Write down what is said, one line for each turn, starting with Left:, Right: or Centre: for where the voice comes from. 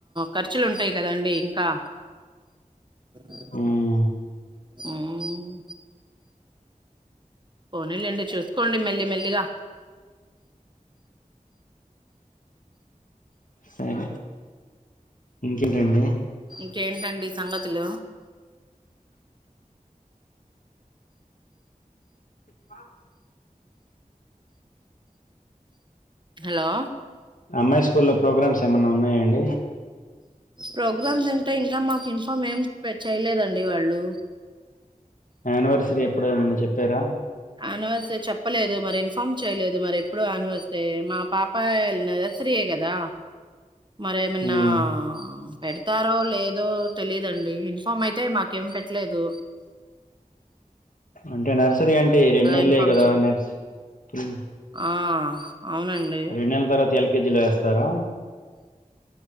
Right: ఖర్చులు ఉంటాయి. కదండీ ఇంకా ఆ
Left: మ్మ్.
Right: హూమ్మ్ పోనీలేండి చేస్కోండి మెల్లి మెల్లిగా
Left: సరే ఇంకేంటండె
Right: ఇంకేంటండి సంగతులు
Left: వావ్
Right: హలో
Left: అమ్మాయి స్కూల్లో ప్రోగ్రామ్స్ ఏమన్నా ఉన్నాయా అండి
Right: ప్రోగ్రమ్స్ అంటే ఇంకా మాకి ఇన్ఫామ్ ఏం పెట్ చేయలేదండి. వాళ్ళు
Left: యానివర్సరీ ఎప్పుడోన్న చెప్తారా
Right: అనవస్ చెప్పలేదు మరి ఇన్ఫార్మ్ చేయలేదు మరి ఎప్పుడూ అన్వస్తే మా పాప ల్ నరర్స్రీయే కదా మరేమిన్నా
Left: ఉమ్,
Right: పెడతారో లేదో తెలీదండి. ఇన్ఫామ్ అయితే మాకేం పెట్లేదు
Left: అంటే నర్సరీ అంటే ఈ రెంనెళ్లే
Right: ఇన్ఫామ్
Left: కదా,
Right: చేయ
Left: నర్స్ ఆ హ్మ్
Right: ఆ అవునండి
Left: రెండు నెలల తర్వాత ఎల్ కే జీలో వేస్తారా.